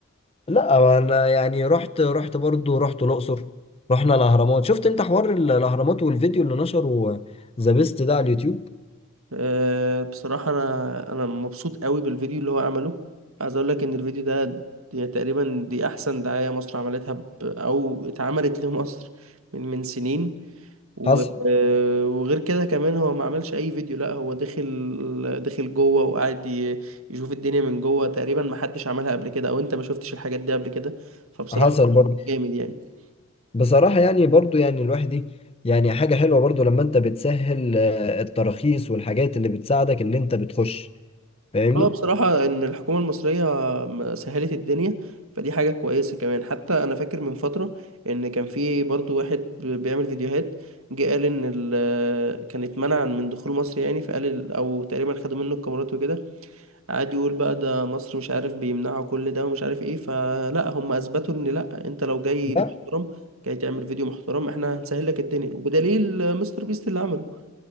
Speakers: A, on the left (about 25°); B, on the right (about 80°).
A: لا انا يعني رحت رحت برضو رحت الاقصر رحنا الاهرامات شفت انت حوار ال- الاهرامات والفيديو اللي نشره ذا بيست ده على اليوتيوب
B: آه، بصراحة أنا أنا مبسوط قوي بالفيديو اللي هو عمله عايز أقول لك إن الفيديو ده دي تقريبا دي أحسن دعاية مصر عملتها ب... أو اتعملت لمصر من من سنين و...
A: حصل
B: آه، وغير كده كمان هو ما عملش أي فيديو لأ هو دخل دخل جوه وقعد ي... يشوف الدنيا من جوه تقريبا ما حدش عملها قبل كده أو أنت ما شفتش الحاجات دي قبل كده فبصراحة
A: حصل برضو
B: جامد يعني
A: بصراحه يعني برضو يعني الواحد دي يعني حاجه حلوه برضو لما انت بتسهل آه، التراخيص والحاجات اللي بتساعدك اللي انت بتخش فاهمني
B: اه بصراحة ان الحكومة المصرية م- سهلت الدنيا فدي حاجة كويسة كمان حتى انا فاكر من فترة ان كان في برضو واحد ب- بيعمل فيديوهات جه قال ان ال- كان اتمنع من دخول مصر يعني فقال ال- او تقريبا خدوا منه الكاميرات وكده قعد يقول بقى ده مصر مش عارف بيمنعوا كل ده ومش عارف ايه فلا هم اثبتوا ان لا انت لو جاي محترم
A: لا
B: جاي تعمل فيديو محترم احنا هنسهل لك الدنيا وبدليل مستر بيست اللي عمله